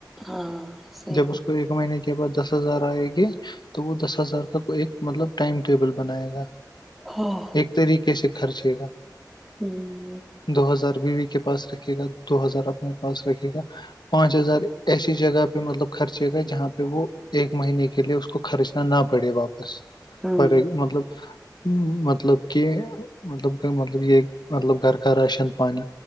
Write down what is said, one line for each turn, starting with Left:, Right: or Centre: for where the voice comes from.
Centre: ہاں صحیح
Left: جب
Centre: بات
Left: اس کو ایک مہینے کے بعد دس ہزار آئےیں گے تو وہ دس ہزار کا ایک مطلب ٹائم ٹیبل بنائے گا
Centre: ہاں
Left: ایک طریقے سے خرچے گا
Centre: ہوں
Left: دو ہزار بیوی کے پاس رکھے گا دو ہزار اپنے پاس رکھے گا پانچ ہزار ایسی جگہ پہ مطلب خرچے گا جہاں پہ وہ ایک مہینے کے لیے اس کو خرچ نہ پڑے واپس
Centre: ہمم
Left: ف ایک مطلب مطلب کہ ملب مطلب یہ مطلب گھر کا راشن پانیانی